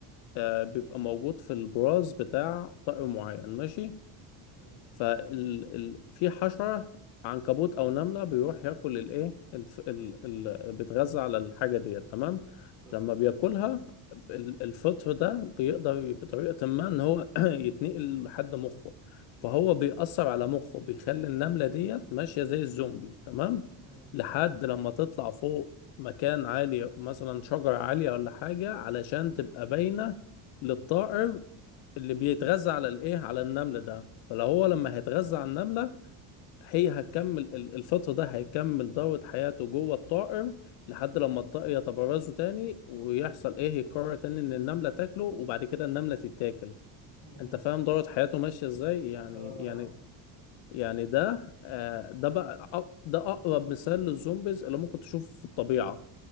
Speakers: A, on the left (about 70°); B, on the right (about 35°).
A: آه، بيبقى موجود في البراز بتاع طائر معين ماشي
B: مم.
A: فال... ال... في حشرة عنكبوت أو نملة بيروح ياكل الإيه الف... ال... ال... بيتغذى على الحاجة ديت تمام
B: تمام
A: لما بياكلها ال- الفطر ده بيقدر بطريقة ما إن هو <clears throat> يتنقل لحد مخه فهو بيأثر على مخه بيخلي النملة ديت ماشية زي الزومبي تمام
B: مم.
A: لحد لما تطلع فوق مكان عالي مثلا شجرة عالية ولا حاجة علشان تبقى باينة للطائر اللي بيتغذى على الايه على النمل ده فلو هو
B: مم.
A: لما هيتغذى على النملة هي هتكمل ال- الفطر ده هيكمل دورة حياته جوه الطائر لحد لما الطائر يتبرزه تاني ويحصل ايه يقرر تاني ان النملة تاكله وبعد كده النملة تتاكل
B: مم.
A: انت فاهم دورة حياته ماشية ازاي يعني
B: آه
A: يعني يعني ده آه ده بقى أق- ده اقرب مثال للزومبيز اللي ممكن تشوفه في الطبيعة